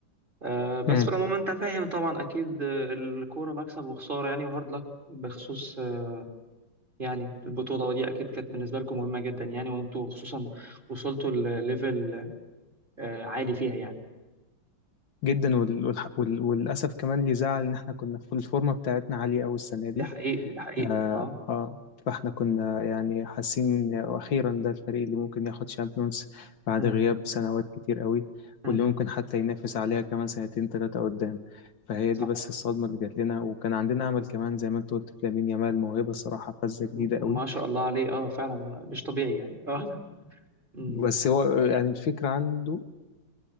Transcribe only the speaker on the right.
آه بس
في العموم انت فاهم طبعا اكيد آه، الكوره مكسب وخساره يعني وهارد لك بخصوص آه، يعني البطولة دي أكيد كانت بالنسبة لكم مهمة جدا يعني وأنتوا خصوصا وصلتوا لليفل آه، عالي فيها يعني
ده حقيقي ده حقيقي
أه
أمم،
أمم،
صح
م-
ما شاء الله عليه أه فعلا مش طبيعي يعني أه أمم.